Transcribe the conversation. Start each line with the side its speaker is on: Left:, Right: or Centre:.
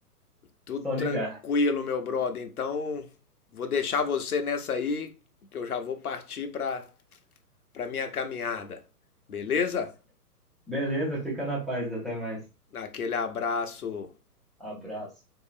Left: Tudo
Centre: só
Left: tranquilo,
Centre: ligar.
Left: meu brother. Então, vou deixar você nessa aí, que eu já vou partir para para minha caminhada. Beleza?
Centre: Beleza, fica na paz, até mais.
Left: Aquele abraço
Centre: Abraço.